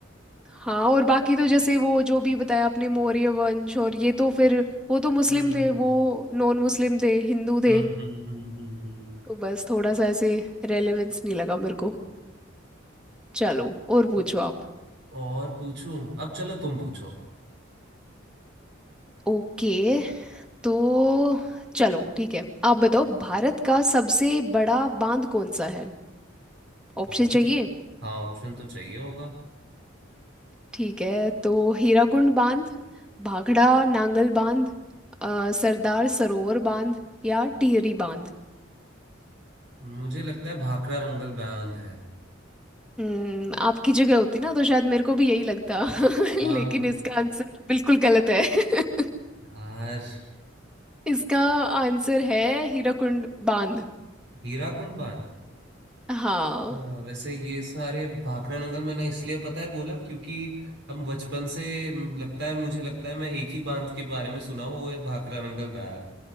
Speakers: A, in the centre; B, on the right (about 60°).
A: हाँ और बाकी तो जैसे वो जो भी बताया आपने मौर्य वंश और ये तो फिर वो तो मुस्लिम
B: हम्म
A: थे वो नॉन मुस्लिम थे हिंदू थे
B: हम्म हम्म हम्म हम्म
A: तो बस थोड़ा सा ऐसे रेलेवेंस नहीं लगा मेरे को चलो और पूछो
B: हम्म।
A: आप
B: और पूछूं अब चलो तुम पूछो
A: ओके तो चलो ठीक है आप बताओ भारत का सबसे बड़ा बांध कौन सा है ऑप्शन
B: ऑप्शन
A: चाहिए
B: हाँ ऑप्शन तो चाहिए होगा
A: ठीक है तो हीराकुंड बांध भाखड़ा नांगल बांध अ, सरदार सरोवर बांध या टिहरी बांध
B: मुझे लगता है भाखड़ा रंगल बांध है
A: हम्म आपकी जगह होती ना तो शायद मेरे को भी यही लगता <laughs>
B: आम,
A: लेकिन इसका आंसर बिल्कुल गलत है <laughs>
B: यार
A: इसका आंसर है हीराकुंड बांध
B: हीराकुंड बांध
A: हाँ
B: अच्छा, वैसे ये सारे भाखड़ा रंगल मैंने इसलिए पता है बोला क्योंकि हम बचपन से म, लगता है मुझे लगता है मैं एक ही बांध के बारे में सुना हूँ वो है भाखड़ा रंगल बांध